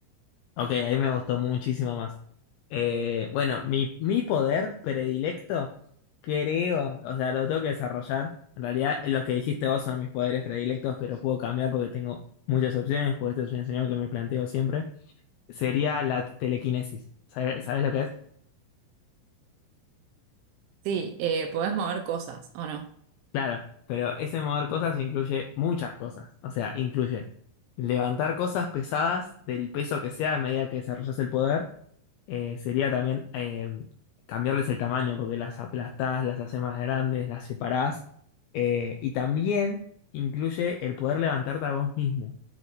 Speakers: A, on the left; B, on the right.
A: Ok, ahí me gustó muchísimo más. Eh, bueno, mi, mi poder predilecto, creo, o sea, lo tengo que desarrollar. En realidad, los que dijiste vos son mis poderes predilectos, pero puedo cambiar porque tengo muchas opciones, porque este es un escenario que me planteo siempre. sería la telequinesis. ¿Sabe- ¿Sabes, lo que es?
B: Sí, eh, podés mover cosas, ¿o no?
A: Claro, pero ese mover cosas incluye muchas cosas. O sea, incluye levantar cosas pesadas del peso que sea a medida que desarrollas el poder. Eh, sería también eh, cambiarles el tamaño porque las aplastás, las haces más grandes, las separás. Eh, y también incluye el poder levantarte a vos mismo,